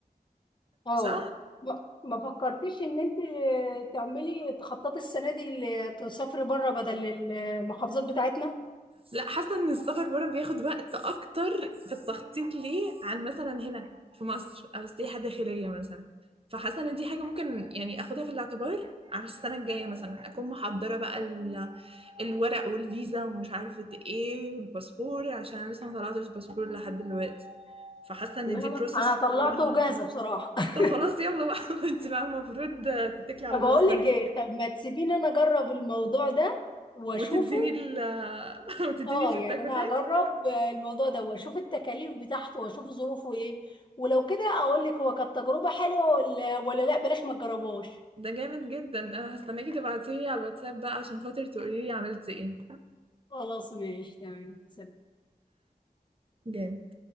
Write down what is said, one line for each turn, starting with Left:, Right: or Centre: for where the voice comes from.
Left: اه
Right: صح
Left: ما ما فكرتيش ان انت تعملي تخططي السنة دي ل- تسافري بره بدل المحافظات بتاعتنا
Right: لا حاسه ان السفر بره بياخد وقت اكتر في التخطيط ليه عن مثلا هنا في مصر او السياحه الداخليه مثلا فحاسه ان دي حاجه ممكن يعني اخدها في الاعتبار على السنه الجايه مثلا اكون محضره بقى ال... الورق والفيزا ومش عارفه ايه والباسبور عشان أنا لسه ما طلعتش باسبور لحد دلوقتي فحاسه ان
Left: لا،
Right: دي
Left: لا،
Right: بروسس
Left: انا طلعته
Right: كلها
Left: وجاهزة بصراحة <laughs>
Right: طب خلاص يلا بقى <laughs> انت بقى المفروض تتكلي على
Left: طب
Right: الله
Left: اقول
Right: السنه
Left: لك ايه
Right: دي
Left: طب ما تسيبيني انا اجرب الموضوع ده واشوفه
Right: وتديني ال <laughs> وتديني
Left: اه
Right: الفيدباك
Left: يعني
Right: بتاعك
Left: انا هجرب الموضوع ده واشوف التكاليف بتاعته واشوف ظروفه ايه ولو كده اقول لك هو كانت تجربة حلوة ولا ولا لا بلاش ما تجربوش
Right: ده جامد جدا انا هستناكي تبعتيلي على الواتساب بقى عشان خاطر تقولي لي عملتي ايه
Left: خلاص ماشي تمام سلام.
Right: جامد